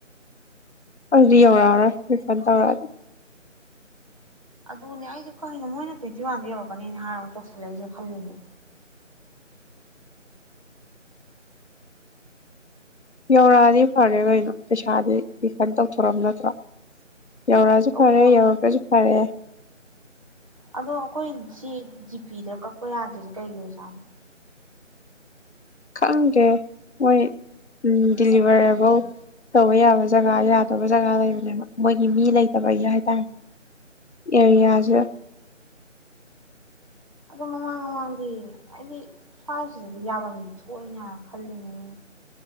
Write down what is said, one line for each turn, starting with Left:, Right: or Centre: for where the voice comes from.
Left: ꯑꯗꯤ ꯌꯧꯔꯛ ꯑꯥꯔꯣꯏ ꯐꯗꯋꯥ
Right: ꯑꯗꯨꯅꯦ ꯑꯩꯁꯦ ꯀꯅꯣ ꯃꯣꯏꯅ ꯇ꯭ꯋꯦꯟꯇꯤ ꯋꯥꯟꯗ ꯌꯧꯔꯛꯀꯅꯤꯅ ꯍꯥꯏꯔ ꯑꯃꯨꯛ ꯇꯧꯁꯜꯂꯛꯏꯁꯦ ꯈꯜꯂꯤꯅꯦ
Left: ꯌꯧꯔꯛꯑꯗꯤ ꯐꯔꯦ ꯀꯩꯅꯣ ꯄꯩꯁꯥꯗꯤ ꯔꯤꯐꯟ ꯇꯧꯊꯣꯔꯝ ꯅꯠꯇ꯭ꯔꯣ ꯌꯧꯔꯛꯑꯁꯨ
Right: ꯇꯧꯊꯣꯔꯛꯑꯦ
Left: ꯐꯔꯦ ꯌꯧꯔꯒꯁꯨ ꯐꯔꯦ
Right: ꯑꯗꯣ ꯑꯩꯈꯣꯏꯁꯤ ꯖꯤꯄꯤꯗ ꯀꯛꯄ ꯌꯥꯗꯣꯏꯔꯤꯁꯦ ꯀꯩꯒꯤ ꯑꯣꯏꯖꯥꯠꯅꯣ
Left: ꯈꯪꯒꯦ ꯃꯣꯏ ꯎ ꯗꯤꯂꯤꯚꯔꯦꯕꯜ ꯇꯧꯕ ꯌꯥꯕ ꯖꯒꯥ ꯌꯥꯗꯕ ꯖꯒꯥ ꯂꯩꯕꯅꯦꯕ ꯃꯣꯏꯒꯤ ꯃꯤ ꯂꯩꯇꯕꯒꯤ ꯍꯥꯏꯇꯥꯔꯦ ꯑꯦꯔꯤꯌꯥꯁꯦ
Right: ꯑꯗ ꯃꯃꯥꯡ ꯃꯃꯥꯡꯗꯤ ꯑꯩꯗꯤ ꯁ꯭ꯋꯥꯏꯁꯤꯗꯗꯤ ꯌꯥꯐꯝꯗꯤ ꯊꯣꯛꯏꯅ ꯈꯜꯂꯤꯅꯦ